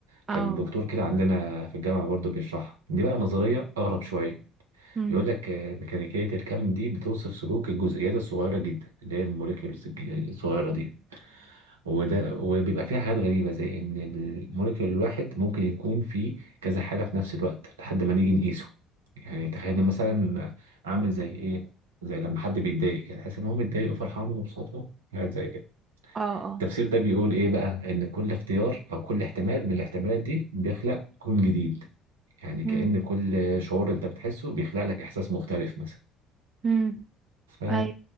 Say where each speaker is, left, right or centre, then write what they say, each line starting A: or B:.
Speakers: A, on the right; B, on the right.
A: اه
B: كان دكتور كده عندنا في الجامعة برضه بيشرحها دي بقى نظرية أغرب شوية
A: امم
B: بيقول لك آه، ميكانيكية الكم دي بتوصف سلوك الجزيئات الصغيرة جدا اللي هي الموليكيولز الج- الصغيرة دي وده وبيبقى فيها حاجات غريبة زي إن الموليكيول الواحد ممكن يكون فيه كذا حالة في نفس الوقت لحد ما نيجي نقيسه يعني تخيل مثلا عامل زي إيه زي لما حد بيتضايق كده تحس إن هو متضايق وفرحان ومبسوط حاجات زي كده
A: اه اه
B: التفسير ده بيقول إيه بقى؟ إن كل اختيار أو كل احتمال من الاحتمالات دي بيخلق كون جديد يعني كأن
A: امم
B: كل شعور أنت بتحسه بيخلق لك إحساس مختلف مثلا
A: امم
B: ف
A: اي